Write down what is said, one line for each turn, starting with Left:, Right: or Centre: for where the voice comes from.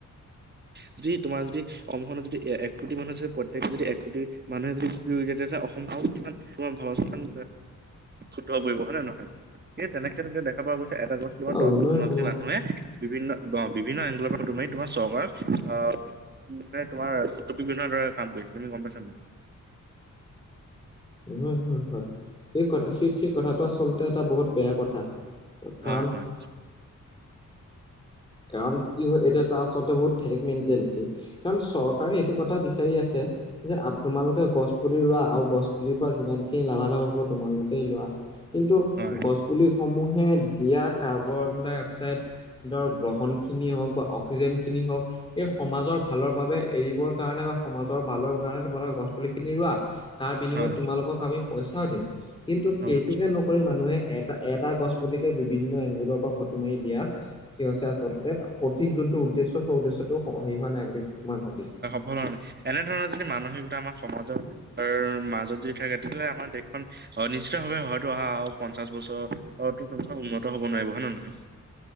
Right: <inaudible> যদি তোমাৰ যদি অসমখনত যদি এক কোটি মানুহে যদি প্ৰত্যেকে যদি এক কোটি মানুহে যদি পুলি ৰুই দিয়ে তেতিয়া অসমখন কিমান তোমাৰ ভাৱাচোন <unintelligible> শুদ্ধ হৈ পৰিব হয় নে নহয়। এই তেনেকে ক্ষেত্ৰতে দেখা পোৱা গৈছে এটা গছ তোমাৰ
Left: অ
Right: দহ
Left: উন্নয়ন
Right: পোন্ধৰ
Left: হ'ব।
Right: জনী মানুহে বিভিন্ন বিভিন্ন এংগলৰ পৰা তুমি তোমাৰ চৰকাৰক আহ মানে তোমাৰ টুপী দৰে কাম কৰিছে তুমি গম পাইছা নে নাই?
Left: হয় হয় হয় সেই ক সে সেই কথাটো আচলতে এটা বহুত বেয়া কথা।
Right: হয়
Left: কাৰণ
Right: হয়।
Left: কাৰণ কি হয় এইটো এটা আচলতে বহুত ঠেক মেণ্টেলিটি। কাৰণ চৰকাৰে এইটো কথা বিচাৰি আছে যে আপ- তোমালোকে গছ পুলি ৰোৱা আৰু গছ পুলিৰ পৰা যিমানখিনি লাভালাভ হব তোমালোক সে লোৱা কিন্তু
Right: হয়
Left: গছ পুলি সমূহে তিয়া কাৰ্বন - ডাই - অক্সাইডৰ গ্ৰহণ খিনিয়ে হওক বা অক্সিজেন খিনি হওক- এই সমাজৰ ভালৰ বাবে এৰিবৰ কাৰণে বা সমাজৰ ভালৰ কাৰণে তোমালোকে গছ পুলি খিনি ৰোৱা। তাৰ বিনিময়ত
Right: হয়
Left: তোমালোকক আমি পইচাও দিম কিন্তু
Right: হয়।
Left: সেইটোকে ন- কৰি মানুহে এটা, এটা গছ পুলিকে বিভিন্ন এংগুলৰ পৰা ফটো মাৰি দিয়া কি হৈছে আচলতে, সঠিক যোনটো উদ্দেশ্য সেই উদ্দেশ্যটো হেৰি হোৱা নাই বুলি মই ভাবিছ-
Right: <unintelligible> এনে ধৰণৰ যদি মানসিকতা আমাৰ সমাজৰ মাজত যদি থাকে তেতিয়াহ'লে আমাৰ দেশখন অ নিশ্চিত ভাৱে হয়তো অহা আৰু পঞ্চাশ বছৰ অ টো তোমাৰ উন্নত হ'ব নোৱাৰিব হয় নে নহ নহয়?